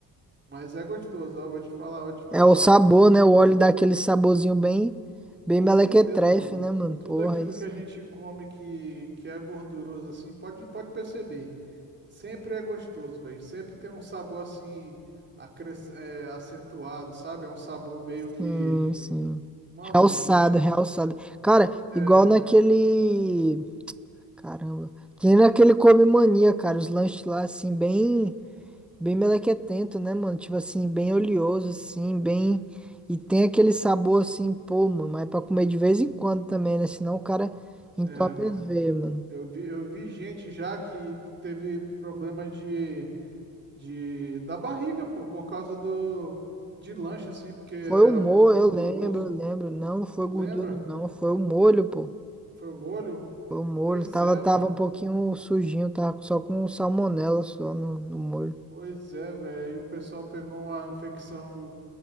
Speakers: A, on the right; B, in the centre.
A: Mas é gostoso, ó. Vou te falar, vou te falar,
B: É o
A: ó.
B: sabor, né? O óleo dá aquele saborzinho bem, bem
A: Com
B: melequetrefe,
A: certeza, mano.
B: né, mano? Porra,
A: Tudo aquilo
B: aí sim,
A: que a gente come que, que é gorduroso, assim, pode, pode perceber. Sempre é gostoso, velho. Sempre tem um sabor, assim, acres- é, acentuado, sabe? É um sabor meio
B: sim,
A: que.
B: sim.
A: Mano,
B: Realçado,
A: é.
B: realçado. Cara,
A: É,
B: igual naquele... Caramba. Que nem naquele Come Mania, cara, os lanches lá, assim, bem... Bem melequetento, né, mano? Tipo assim, bem oleoso, assim, bem. E tem aquele sabor assim, pô, mano, mas é pra comer de vez em quando também, né? Senão o cara entope
A: é, mano.
B: as veias, mano.
A: Eu vi, eu vi gente já que, que teve problema de, de. Da barriga, pô, por causa do. De lanche, assim, porque era
B: Foi o molho,
A: muito gorduroso.
B: eu lembro, eu lembro. Não, não foi
A: Tu
B: gordura,
A: lembra?
B: não. Foi o molho, pô.
A: Foi o molho?
B: Foi o molho.
A: Pois
B: Tava,
A: é,
B: tava
A: mano.
B: um pouquinho sujinho, tava só com salmonela só no, no molho.
A: Pois é, velho. Aí o pessoal pegou uma infecção,